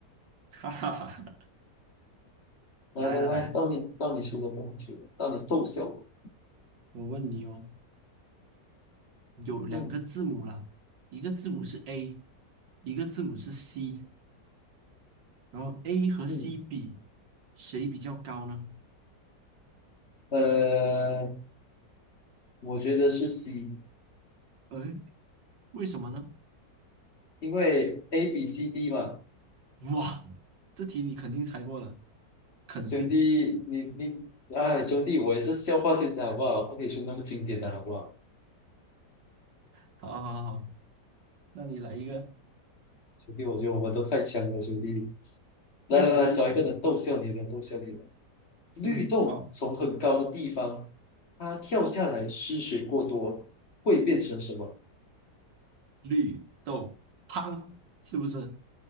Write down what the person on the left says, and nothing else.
来来来，
到你到你出了，到你出了，到你逗笑我。
嗯
嗯，
呃，我觉得是 C，
因为 A B C D 嘛，
兄弟，你你，哎，兄弟，我也是笑话天才好不好？不可以出那么经典的好不好？
兄弟，我觉得我们都太强了，兄弟。来来来，
找一个人逗笑你的，逗笑你的。绿豆从很高的地方，
它跳下来失血过多，会变成什么？